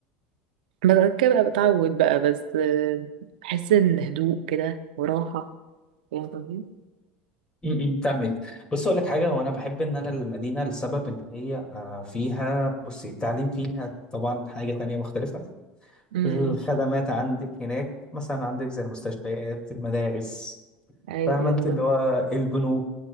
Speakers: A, on the right; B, on the left.
A: بعد كده بقى بتعود بقى بس بحس ان هدوء كده وراحه فاهم قصدي؟
B: امم فاهمك بص اقول لك حاجه هو انا بحب ان انا المدينه لسبب ان هي آه، فيها بصي التعليم فيها طبعا حاجه تانية مختلفه
A: امم
B: الخدمات عندك هناك مثلا عندك زي المستشفيات المدارس
A: ايوه
B: فاهمه
A: ايوه
B: انت
A: بالظبط
B: اللي هو البنوك